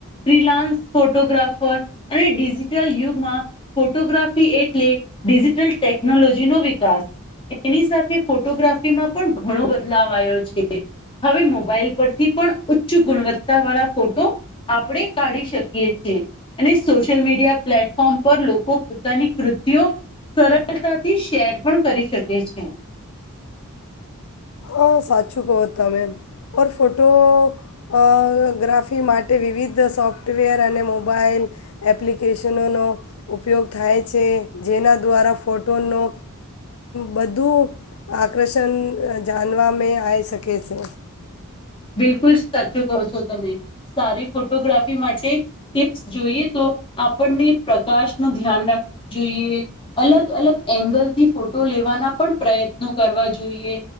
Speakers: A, on the left (about 25°); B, on the left (about 75°).
A: freelance photographer અને ડિજિટલ યુગમાં ફોટોગ્રાફી એટલે ડિજિટલ ટેકનોલોજી નો વિકાસ એની સાથે ફોટોગ્રાફીમાં પણ ઘણો બદલાવ આવ્યો છે હવે મોબાઈલ પરથી પણ ઉચ્ચ ગુણવત્તા વાળા ફોટો, આપણે કાઢી શકીએ છીએ. અને સોશિયલ મીડિયા પ્લેટફોર્મ પર લોકો પોતાની કૃતિઓ, સરળતાથી શેર પણ કરી શકે છે.
B: હા સાચું કહો તમે ઓર ફોટો, અ ગ્રાફી માટે વિવિધ સોફ્ટવેર અને મોબાાઈલ, એપ્લિકેશનોનો ઉપયોગ થાય છે જેના દ્વારા ફોટોનો, બધું આકર્ષણ જાણવા મે આવી શકે છે.
A: બિલકુલ સાચું કહો છો તમે સારી ફોટોગ્રાફી માટે, ટીપ્સ જોઈએ તો આપણને પ્રકાશ નું ધ્યાન રાખવું જોઈએ. અલગ અલગ એંગલ થી ફોટો લેવાના પણ પ્રયત્નો કરવા જોઈએ.